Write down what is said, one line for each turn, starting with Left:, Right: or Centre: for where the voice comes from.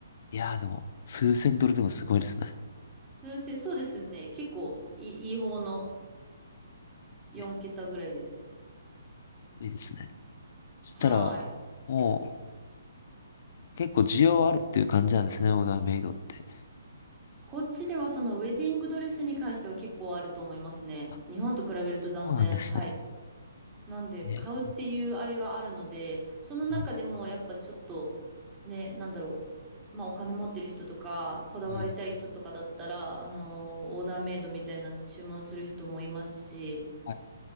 Left: いやーでも、数千ドルでもすごいですね。
Right: 数千、そうですね。結構いい、いい方の4桁ぐらいです。
Left: え、いいですね。そしたら、
Right: はい。
Left: もう、結構需要あるっていう感じなんですね、オーダーメイドって。
Right: こっちではそのウェディングドレスに関しては結構あると思いますね。
Left: あ、
Right: 日本と比べると断然。
Left: そうなんですね。
Right: はい。なんで、
Left: え
Right: 買うっていうあれがあるので、その中でもやっぱちょっと、
Left: ーはい。
Right: ね、なんだろう。まあお金持ってる人とか、こだわりたい人とかだったら、
Left: はい。
Right: あのーオーダーメイドみたいなんで注文する人もいますし、
Left: はい